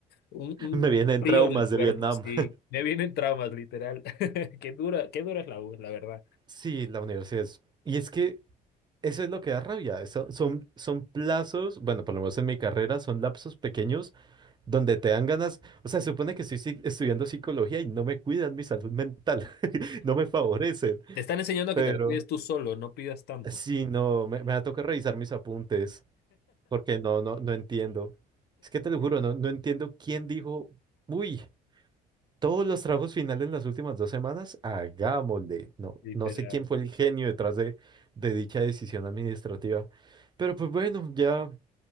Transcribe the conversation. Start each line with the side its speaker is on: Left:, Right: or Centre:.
Left: un, un
Right: Me vienen
Left: frío
Right: traumas
Left: en el cuerpo,
Right: de Vietnam.
Left: sí, me vienen traumas, literal. <laughs> Qué dura, qué dura es la U, la verdad.
Right: Sí, la universidad es... Y es que eso es lo que da rabia. eso- son, son plazos, bueno, por lo menos en mi carrera, son lapsos pequeños donde te dan ganas. O sea, se supone que estoy si- estudiando psicología y no me cuidan mi salud mental, <laughs> no me favorecen.
Left: Te están enseñando a
Right: Pero
Left: que te la cuides tú solo, no pidas tanto,
Right: sí, no, me, me va a tocar revisar mis apuntes. Porque no, no, no entiendo. Es que te lo juro, no, no entiendo quién dijo, uy, todos los trabajos finales en las últimas dos semanas, hagámosle. No,
Left: literal.
Right: no sé quién fue el genio detrás de, de dicha decisión administrativa. Pero pues bueno, ya